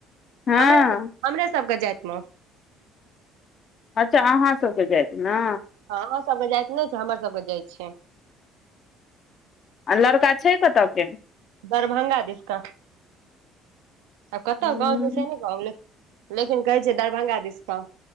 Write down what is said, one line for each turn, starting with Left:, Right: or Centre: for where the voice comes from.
Left: हँ
Right: हमरे हमरे सबके जातिमे
Left: अच्छा अहाँ सबके जाइत मे
Right: अहाँ सबके जाइत नै छै हमर सबके जाइत छै
Left: आ लड़का छै कतऽ के
Right: दरभंगा दिसका आब कतहु
Left: हूँ
Right: गाँव छै से ने गाँव लेकिन कहै छै दरभंगा दिस गाँव